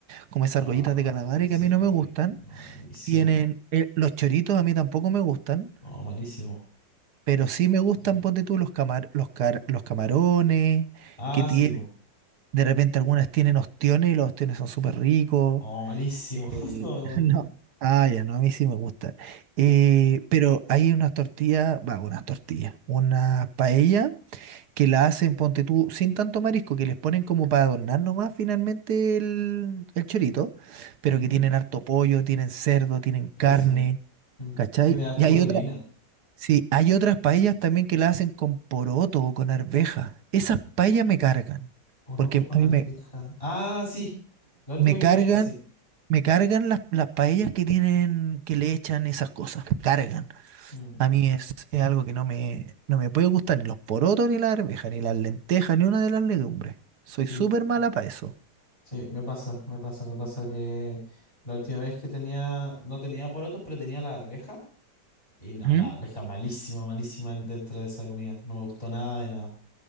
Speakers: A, on the right; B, on the left.
A: como esas
B: Ay,
A: argollitas de calamares
B: sí.
A: que a mí no me gustan.
B: No, malísimo.
A: Tienen, eh, los choritos a mí tampoco me gustan,
B: No, malísimo.
A: pero sí me
B: malísimo.
A: gustan, ponte tú, los camar, los car- los camarones,
B: Ah,
A: que tienen,
B: sí. bo.
A: de repente algunas tienen ostiones y los ostiones son súper ricos.
B: Oh, malísimo.
A: Eh,
B: <laughs> No me gustan.
A: <laughs> no. Ah, ya, no, a mí sí me gustan. Eh, pero hay unas tortillas, va, unas tortillas, una paella que la hacen, ponte tú, sin tanto marisco, que les ponen como para adornar nomás finalmente el, el chorito, pero
B: Ujú.
A: que tienen harto pollo, tienen cerdo, tienen
B: Eso.
A: carne.
B: Mm.
A: ¿Cachai?
B: Tiene harta
A: Y hay
B: proteína.
A: otra, sí, hay otras paellas también que la hacen con poroto o con arveja. Esas paellas me cargan,
B: Porotos
A: porque
B: con
A: a
B: arveja.
A: mí me,
B: Ah, sí. La última
A: me
B: que
A: cargan,
B: comí era así.
A: me cargan las, las paellas que tienen, que le echan esas cosas, me cargan.
B: Mm,
A: A mí es, es algo que no me, no me puede gustar, ni los porotos, ni la arveja, ni las lentejas, ni una de las legumbres. Soy
B: Sí.
A: súper mala para eso.
B: Sí, me pasa, me pasa, me pasa que la última vez que tenía, no tenía porotos, pero tenía la arveja. Y no,
A: ¿Mm?
B: la arveja malísima, malísima en- dentro de esa comida. No me gustó nada de nada.